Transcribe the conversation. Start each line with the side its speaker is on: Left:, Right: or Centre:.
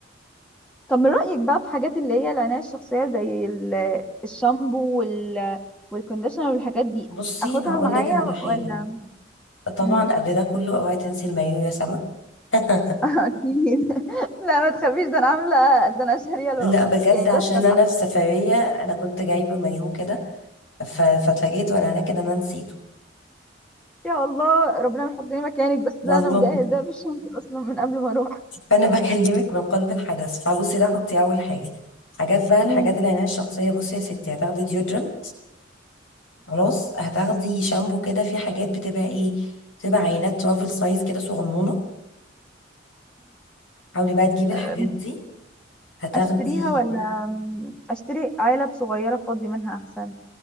Centre: طب من رايك بقى في حاجات اللي هي العنايه الشخصيه زي ال- الشامبو وال والكونديشنر والحاجات دي
Left: بصي
Centre: اخدها
Left: هقول
Centre: معايا
Left: لك على حاجه
Centre: ولا
Left: طبعا
Centre: مم.
Left: قبل ده كله اوعي تنسي المايو يا سما <laughs>
Centre: <laughs> اكيد لا ما تخافيش ده انا عامله ده انا شاريه الو...
Left: لا بجد
Centre: يعني
Left: عشان
Centre: ده استنى
Left: انا في سفريه انا كنت جايبه مايو كده ف- فاتفاجئت وانا هناك ان انا نسيته
Centre: يا الله ربنا ما يحطني مكانك بس
Left: والله
Centre: ده انا مجهزاه في الشنطه اصلا من قبل ما اروح
Left: فانا <laughs> بكلمك من قلب الحدث فبصي ده حطي اول حاجه حاجات بقى الحاجات
Centre: امم
Left: العنايه الشخصيه بصي يا ستي هتاخدي ديودرم خلاص هتاخدي شامبو كده في حاجات بتبقى ايه بتبقى عينات ترافل سايز كده صغنونه حاولي بقى تجيبي الحاجات
Centre: امم
Left: دي هتاخدي
Centre: اشتريها ولا مم. اشتري علب صغيرة فاضي منها احسن